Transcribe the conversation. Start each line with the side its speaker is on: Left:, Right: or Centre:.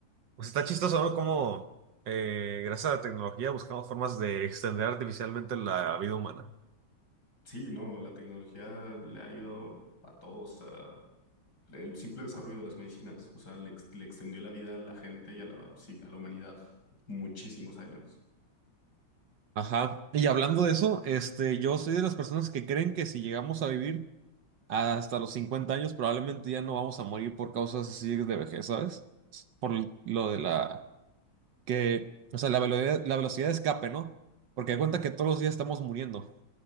Right: Pues está chistoso, ¿no? Como eh, gracias a la tecnología buscamos formas de extender artificialmente la vida humana.
Left: Sí, no, la tecnología le ha ayudado a todos, a- el simple desarrollo de las medicinas, o sea, le, ex- le extendió la vida a la gente y a la, sí, a la humanidad muchísimos años.
Right: Ajá. Y hablando de eso, este, yo soy de las personas que creen que si llegamos a vivir hasta los 50 años, probablemente ya no vamos a morir por causas así de vejez, ¿sabes? Por lo de la que, o sea, la velocidad, la velocidad de escape, ¿no? Porque hay cuenta que todos los días estamos muriendo